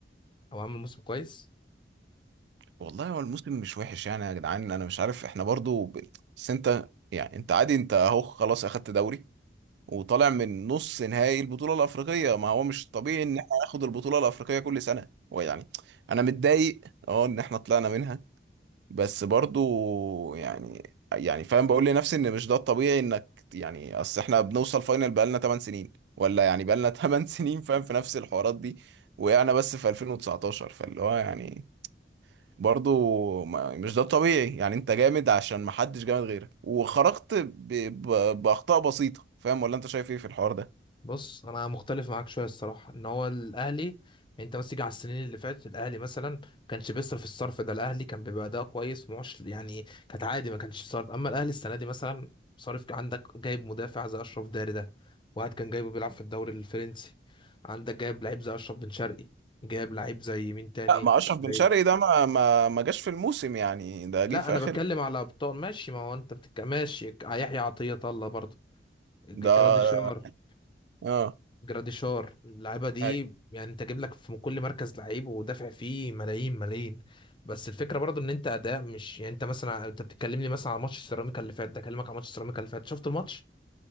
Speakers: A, on the left; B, on the right.
A: او عمل موسم كويس
B: والله هو الموسم مش وحش يعني يا جدعان انا مش عارف احنا برضو ب... بس انت يعني انت عادي انت اهو خلاص اخدت دوري وطالع من نص نهائي البطولة الأفريقية ما هو مش طبيعي إن احنا ناخد البطولة الأفريقية كل سنة ويعني أنا متضايق أه إن احنا طلعنا منها بس برضو يعني يعني فاهم بقول لنفسي إن مش ده الطبيعي إنك يعني أصل احنا بنوصل فاينل بقالنا 8 سنين ولا يعني بقالنا <laughs> 8 سنين فاهم في نفس الحوارات دي وقعنا بس في 2019 فاللي هو يعني برضو ما- مش ده الطبيعي يعني انت جامد عشان محدش جامد غيرك وخرجت ب- ب- بأخطاء بسيطة فاهم ولا انت شايف ايه في الحوار ده
A: بص انا مختلف معاك شويه الصراحه ان هو الاهلي يعني انت بس تيجي على السنين اللي فاتت الاهلي مثلا ما كانش بيصرف الصرف ده الاهلي كان بيبقى اداء كويس معش يعني كانت عادي ما كانش صرف اما الاهلي السنه دي مثلا صارف عندك جايب مدافع زي اشرف داري ده واحد كان جايبه بيلعب في الدوري الفرنسي عندك جايب لعيب زي اشرف بن شرقي جايب لعيب زي مين تاني
B: لا ما اشرف
A: زي
B: بن شرقي ده ما ما ما جاش في الموسم يعني ده
A: لا
B: جه في
A: انا
B: اخر
A: بتكلم على ابطال ماشي ما هو انت بتك... ماشي يحيى عطيه الله برضه جراديشار
B: ده اه
A: جراديشار اللعيبه دي
B: أي.
A: يعني انت جايب لك في كل مركز لعيب ودافع فيه ملايين ملايين بس الفكره برضو ان انت اداء مش يعني انت مثلا انت بتتكلمني مثلا على ماتش سيراميكا اللي فات ده اكلمك على ماتش سيراميكا اللي فات شفت الماتش